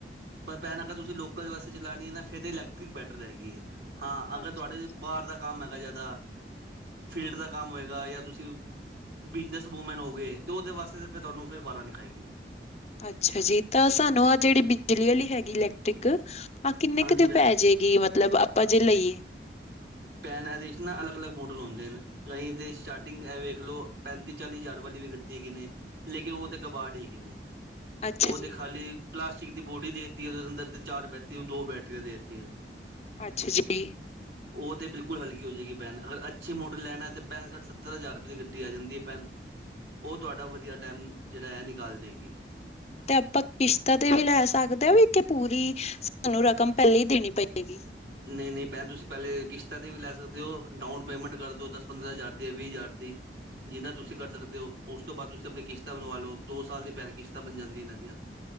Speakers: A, on the right (about 75°); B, on the left (about 35°).
A: ਪਰ ਭੈਣ ਅਗਰ ਤੁਸੀਂ ਲੋਕਲ ਵਾਸਤੇ ਚਲਾਣੀ ਹੈ ਨਾ ਫਿਰ ਤਾਂ ਇਲੈਕਟ੍ਰਿਕ ਬੈਟਰ ਹੈਗੀ। ਹਾਂ, ਅਗਰ
B: ਅੱਛਾ-ਅੱਛਾ।
A: ਤੁਹਾਡੇ ਬਾਹਰ ਦਾ ਕੰਮ ਹੈਗਾ ਜ਼ਿਆਦਾ। ਫੀਲਡ ਦਾ ਕੰਮ ਹੋਏਗਾ ਜਾਂ ਤੁਸੀਂ ਬਿਜਨਸ ਵੂਮੈਨ ਹੋਏ, ਅਤੇ ਉਹਦੇ ਵਾਸਤੇ ਤਾਂ ਫਿਰ ਤੁਹਾਨੂੰ ਫਿਰ ਵਾਰਾ ਨੀ ਖਾਗੀ ਉਹ
B: ਅੱਛਾ ਜੀ ਤਾਂ ਸਾਨੂੰ ਆਹ ਜਿਹੜੀ ਬਿਜਲੀ ਵਾਲੀ ਹੈਗੀ ਇਲੈਕਟ੍ਰਿਕ ਆਹ ਕਿੰਨੇ
A: ਹਾਂਜੀ
B: ਕੁ ਦੀ
A: ਭੈਣ
B: ਪੈ ਜਾਏਗੀ। -ਗੀ ਮਤਲਬ ਆਪਾਂ ਜੇ ਲਈਏ।
A: ਭੈਣ ਇਹਦੇ ਵਿੱਚ ਨਾ ਅਲੱਗ-ਅਲੱਗ ਮੋਡਲ ਹੁੰਦੇ ਨੇ। ਕਈ ਤੇ ਸਟਾਰਟਿੰਗ ਇਹ ਵੇਖ ਲਓ, ਪੈਂਤੀ- ਚਾਲੀ ਹਜ਼ਾਰ ਵਾਲੀ ਵੀ ਗੱਡੀ ਹੈਗੀ ਨੇ। ਲੇਕਿਨ ਉਹ
B: ਹਾਂਜੀ।
A: ਤੇ ਕਬਾੜ ਹੀ ਹੈਗੇ ਨੇ,
B: ਅੱਛਾ
A: ਉਹ ਤੇ
B: ਜੀ,
A: ਖਾਲੀ। ਪਲਾਸਟਿਕ ਦੀ ਬੋਡੀ ਦੇ ਦਿੱਤੀ ਹੈ, ਉਹਦੇ ਅੰਦਰ ਤੇ ਚਾਰ ਬੈਟਰੀ ਦੋ ਬੈਟਰੀਆਂ ਦੇ ਦਿੱਤੀ ਹੈ।
B: ਅੱਛਾ ਜੀ।
A: ਉਹ ਤੇ ਬਿਲਕੁਲ ਹੋ ਜਾਏਗੀ ਭੈਣ, ਅਗਰ ਅੱਛੀ ਮੋਟਰ ਲੈਣਾ ਆ ਤੇ ਪੈਂਠ -ਸੱਠ- ਸੱਤਰ ਹਜ਼ਾਰ ਰੁਪਏ ਦੀ ਗੱਡੀ ਆ ਜਾਂਦੀ ਹੈ, ਭੈਣ
B: <inaudible>
A: ਉਹ ਤੁਹਾਡਾ ਵਧੀਆ ਟਾਈਮ ਜਿਹੜਾ ਹੈ, ਨਿਕਾਲ ਦੇਗੀ।
B: ਤੇ ਆਪਾਂ ਕਿਸ਼ਤਾਂ ਤੇ ਵੀ ਲੈ ਸਕਦੇ, ਆ ਵੀ ਕਿ ਪੂਰੀ ਸਾਨੂੰ ਰਕਮ ਪਹਿਲੇ ਹੀ ਦੇਣੀ ਪਏਗੀ।
A: ਨਹੀਂ-ਨਹੀਂ ਭੈਣ ਤੁਸੀਂ ਪਹਿਲੇ ਕਿਸ਼ਤਾਂ ਤੇ ਵੀ ਲੈ ਸਕਦੇ ਹੋ, ਡਾਊਨ ਪੇਮੈਂਟ ਕਰ ਦਿਓ ਦਸ- ਪੰਦਰਾਂ ਹਜ਼ਾਰ ਦੀ ਹੈ ਵੀਹ ਹਜ਼ਾਰ ਦੀ '' ਜਿੰਨਾ ਤੁਸੀਂ ਕੱਢ ਸਕਦੇ ਹੋ, ਉਸ ਤੋਂ ਬਾਅਦ ਤੁਸੀਂ ਆਪਣੀ ਕਿਸ਼ਤਾਂ ਬਣਵਾ ਲਓ, ਦੋ ਸਾਲ ਦੀ ਭੈਣ ਕਿਸ਼ਤਾਂ ਬਣ ਜਾਂਦੀਆਂ ਨੇ, ਇਹਨਾਂ ਦੀਆਂ